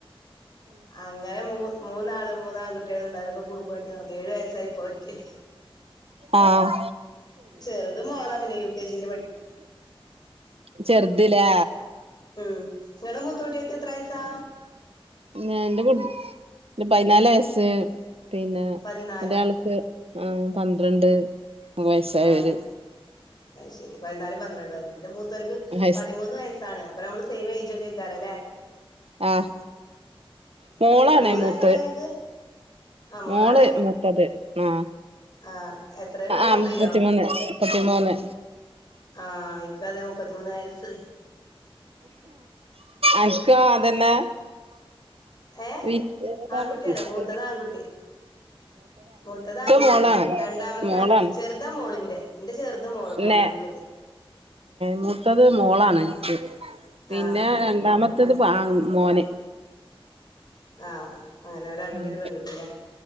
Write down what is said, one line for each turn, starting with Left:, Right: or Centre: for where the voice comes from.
Left: അങ്ങനെ മൂ മൂന്നാള് മൂന്നാം കട്ടി കുട്ടികളുണ്ടാവ അവരൊക്കെ കുറുമ്പു ആട്ട നടക്ക ഏഴു വയസ്സായിപ്പോയിരിക്കക്ക്
Right: ആഹ
Left: ചെറുത് മോളാവിനെ യു കെ ജി
Right: ചെറുതല്ലേ
Left: ഉം നിങ്ങളെ മൂത്തോട്ടിയക്ക് എത്രായസാ
Right: ഞ എന്റെ പതിനാല് വയസ്സ് പിന്നെ
Left: പതിനാലാ
Right: എന്റെ ആൾക്ക് ആ പന്ത്രണ്ട് വയസ്സായവര്
Left: ആ അ ശരി പല് പന്ത്രണ്ട് വയ എന്റെ മൂത്തർക്ക്
Right: വയസ്
Left: പതിമൂന്ന് വയസാണ് അപ്പൊ നമ്മള് സെയിം ഏജ് ഒക്കെ കഴക്കാറല്ലേ
Right: ആഹ മോളാണേ
Left: മുപ്പത്തിമൂന്ന്
Right: മൂത്ത്
Left: വയസ്സൊക്കെ ഇങ്ങക്ക് ആഹ് മോളാണ്
Right: മോള് മൊത്തത് ആഹ
Left: ആഹ് എത്രേലാ പഠിക്ക
Right: ആ
Left: ഒമ്പയിലോ
Right: പ്രത്തിമോനെ പ്രത്തിമോനെ
Left: ആഹ ഇക്ക അതെ മുപ്പത്തിമൂന്ന് വയസ്സ്
Right: അക്ക അതന്നെ
Left: ഏഹ്
Right: വിഏതാണ്
Left: ആൺകുട്ടിയാണ്
Right: വിത്ത
Left: മൂത്തത് ആൺകുട്ടി മൂത്തത് ആൺകുട്ടിയാണ്
Right: മോളാണ്
Left: രണ്ടാമത്തെ
Right: മോളാണ്
Left: ആൺകുട്ടി ചെറുതാ മോളിന്റെ നിന്റെ ചെറുത മോള
Right: പിന്നെ
Left: മൂന്നാമത്തത്
Right: മൂത്തത് മോളാണ് എനിക്ക് പിന്നെ
Left: ആഹ്
Right: രണ്ടാമത്തേത് മോന്െ
Left: ആഹ് അങ്ങനെ ഒരു ആൺകുട്ടി
Right: ഉം
Left: ഒരു പെൺകുട്ടില്ലേ